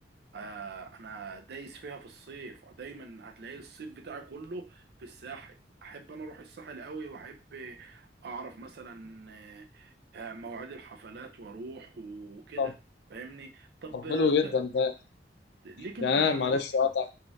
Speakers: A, on the right (about 65°); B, on the left (about 70°).
A: آه انا دايس فيها في الصيف دايما هتلاقي الصيف بتاعي كله في الساحل احب انا اروح الساحل قوي واحب اعرف مثلا آه، آه، مواعيد الحفلات واروح وكده
B: طب
A: فاهمني طب
B: طب
A: آه،
B: حلو
A: ت-
B: جدا ده
A: ليك انت
B: يعني انا
A: رأ-
B: معلش اقطع